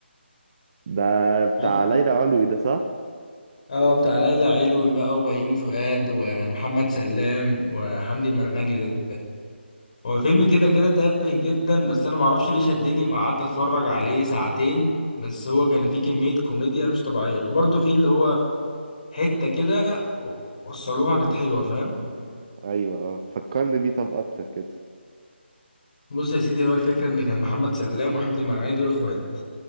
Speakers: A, on the right; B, on the left.
A: ده بتاع
B: عارفه
A: ليلى علوي ده صح؟
B: اه بتاع ليلى علوي بقى وبيومي فؤاد ومحمد سلام وحمدي مرغني ده ده. هو فيلم كده كده تافه جدا بس انا معرفش ليه شدني وقعدت اتفرج عليه ساعتين بس هو كان فيه كمية كوميديا مش طبيعية وبرضه فيه اللي هو حتة كده وصلوها كانت حلوة فاهم
A: ايوه اه فكرني بيه طب اكتر كده
B: بص يا سيدي هو الفكرة ان كان محمد سلام وحمدي مرغني دول اخوات